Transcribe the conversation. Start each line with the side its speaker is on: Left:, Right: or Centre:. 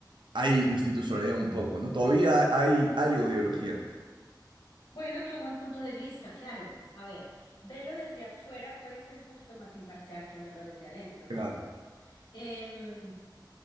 Right: hay institucionalidad un poco, ¿no? Todavía hay algo de ideología.
Left: Bueno, qué buen punto de vista, claro. A ver, verlo desde afuera puede ser un poquito más imparcial que verlo desde adentro,
Right: Claro,
Left: ¿no? Em,